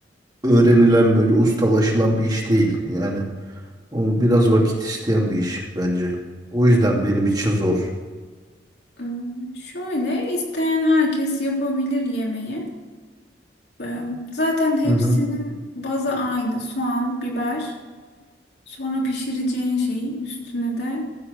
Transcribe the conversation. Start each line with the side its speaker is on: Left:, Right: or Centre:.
Right: öğrenilen böyle ustalaşılan bir iş değil. Yani o biraz vakit isteyen bir iş bence. O yüzden benim için zor.
Left: E, şöyle isteyen herkes yapabilir yemeği. E, zaten hepsinin
Right: Hı hı.
Left: bazı aynı soğan, biber. Sonra pişireceğin şeyi üstüne de